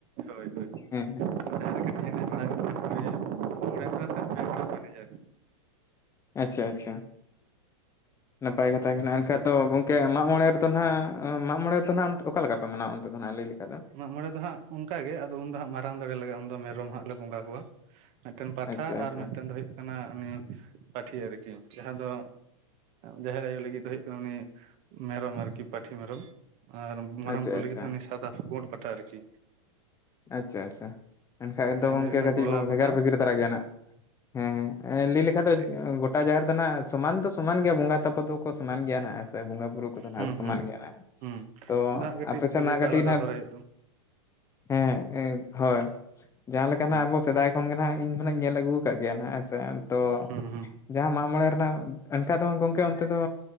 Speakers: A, on the right; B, on the left.
A: ᱦᱳᱭ ᱦᱳᱭ
B: ᱦᱮᱸ᱾
A: ᱡᱟᱦᱟᱸ ᱞᱮᱠᱟᱛᱮ ᱮᱱᱮᱡ ᱵᱟᱲᱟ ᱠᱟᱛᱮ ᱢᱚᱬᱮ ᱥᱟᱶ ᱥᱮ ᱯᱮ ᱦᱚᱲ ᱠᱚ ᱮᱱᱮᱡᱟ ᱟᱨᱠᱤ
B: ᱟᱪᱪᱷᱟ ᱟᱪᱪᱷᱟ᱾ ᱱᱟᱯᱟᱭ ᱠᱟᱛᱷᱟ ᱠᱟᱱᱟ ᱮᱱᱠᱷᱟᱡ ᱫᱚ ᱜᱚᱝᱠᱮ ᱢᱟᱜ ᱢᱚᱬᱮ ᱫᱚ ᱱᱟᱦᱟᱜ ᱢᱟᱜ ᱢᱚᱬᱮ ᱫᱚ ᱱᱟᱦᱟᱜ ᱚᱠᱟ ᱞᱮᱠᱟ ᱯᱮ ᱢᱟᱱᱟᱣᱟ ᱚᱱᱛᱮ ᱫᱚ ᱱᱟᱦᱟᱜ ᱞᱟᱹᱭ ᱞᱮᱠᱟᱡ ᱫᱚ᱾
A: ᱢᱟᱜ ᱢᱚᱬᱮ ᱫᱚ ᱦᱟᱸᱜ ᱚᱱᱠᱟ ᱜᱮ ᱟᱫᱚ ᱩᱱᱫᱚ ᱦᱟᱸᱜ ᱢᱟᱨᱟᱝ ᱫᱟᱲᱮ ᱞᱟᱜᱟᱜ-ᱟ ᱩᱱ ᱫᱚ ᱢᱮᱨᱚᱢ ᱦᱟᱸᱜ ᱞᱮ ᱵᱚᱸᱜᱟ ᱠᱚᱣᱟ᱾ ᱢᱮᱜᱴᱮᱝ ᱯᱟᱴᱷᱟ
B: ᱟᱪᱪᱷᱟ ᱟᱪᱪᱷᱟ
A: ᱟᱨ ᱢᱮᱜᱴᱮᱝ ᱫᱚ ᱦᱩᱭᱩᱜ ᱠᱟᱱᱟ ᱩᱱᱤ ᱯᱟᱴᱷᱤ ᱟᱨ ᱠᱤ ᱡᱟᱸᱦᱟ ᱫᱚ᱾ ᱡᱟᱦᱮᱨ ᱟᱭᱩ ᱞᱟᱹᱜᱤᱫ ᱫᱚ ᱦᱩᱭᱩᱜ ᱠᱟᱱᱟ ᱩᱱᱤ ᱢᱮᱨᱚᱢ ᱟᱨᱠᱤ ᱯᱟᱴᱷᱤ ᱢᱮᱨᱚᱢ᱾ ᱟᱨ ᱢᱟᱨᱟᱝ
B: ᱟᱪᱪᱷᱟ
A: ᱵᱩᱨᱩ
B: ᱟᱪᱪᱷᱟ
A: ᱞᱟᱹᱜᱤᱫ ᱦᱚᱸ ᱩᱱᱤ ᱥᱟᱫᱟ ᱯᱳᱸᱰ ᱯᱟᱴᱷᱟ ᱟᱨᱠᱤ᱾
B: ᱟᱪ-ᱪᱷᱟ ᱟᱪᱷᱟ ᱮᱱᱠᱷᱟᱡ
A: ᱡᱟᱦᱟᱸ
B: ᱫᱚ ᱜᱚᱢᱠᱮ
A: ᱦᱩᱭᱩᱜ ᱠᱟᱱᱟ
B: ᱠᱟᱹᱴᱤᱡ
A: ᱜᱚᱞᱟ
B: ᱵᱚ
A: ᱵᱚᱫᱟ
B: ᱵᱷᱮᱜᱟᱨ ᱵᱷᱮᱜᱟᱨ ᱫᱷᱟᱨᱟ ᱜᱮᱭᱟ ᱱᱟᱜ᱾ ᱦᱮᱸ ᱮᱸ ᱞᱟᱹᱭ ᱞᱮᱠᱷᱟᱡ
A: ᱠᱟᱹᱴᱤᱡ
B: ᱫᱚ ᱡ ᱜᱚ ᱜᱚᱴᱟ ᱡᱟᱦᱮᱨ ᱫᱚ ᱱᱷᱟᱜ ᱥᱚᱢᱟᱱ ᱫᱚ ᱥᱚᱢᱟᱱ ᱜᱮᱭᱟ ᱵᱚᱸᱜᱟ ᱛᱟᱯᱚ ᱫᱚᱠᱚ ᱥᱚᱢᱟᱱ ᱜᱮᱭᱟ ᱱᱷᱟᱜ ᱦᱮᱸ ᱥᱮ ᱵᱚᱸᱜᱟ᱾ ᱵᱩᱨᱩ ᱠᱚᱫᱚ ᱱᱟᱜ
A: ᱦᱩᱸ
B: ᱠᱚ ᱥᱚᱢᱟᱱ
A: ᱦᱩᱸ
B: ᱜᱮᱭᱟ ᱱᱟᱜ
A: ᱦᱩᱸ
B: ᱛᱚ
A: ᱟᱫᱚ ᱦᱟᱸᱜ ᱠᱟᱹᱴᱤᱡ
B: ᱟᱯᱮ
A: ᱯᱩᱡᱟᱹ
B: ᱥᱮᱱᱟᱜ
A: ᱠᱚ
B: ᱠᱟᱴᱤᱡ
A: ᱟᱞᱟᱫᱟ
B: ᱱᱷᱟᱜ᱾
A: ᱫᱷᱟᱨᱟ ᱦᱩᱭᱩᱜ ᱛᱟᱢᱟ
B: ᱦᱮᱸ ᱮᱸ ᱦᱳᱭ ᱡᱟᱸᱦᱟ ᱞᱮᱠᱟ
A: ᱦᱩᱸ
B: ᱱᱟᱜ ᱟᱵᱚ ᱥᱮᱫᱟᱭ ᱠᱷᱚᱱ ᱜᱮ ᱱᱷᱟᱜ ᱤᱧ ᱦᱚᱸᱱᱟᱧ ᱧᱮᱞ ᱟᱹᱜᱩ ᱠᱟᱜ ᱜᱮᱭᱟ ᱱᱷᱟᱜ᱾ ᱥᱮᱱ ᱛᱚ
A: ᱦᱩᱸ ᱦᱩᱸ
B: ᱡᱟᱸᱦᱟ ᱢᱟᱜ ᱢᱚᱬᱮ ᱨᱮᱱᱟᱜ ᱮᱱᱠᱟ ᱫᱚ ᱜᱚᱢᱠᱮ ᱚᱱᱛᱮ ᱫᱚ᱾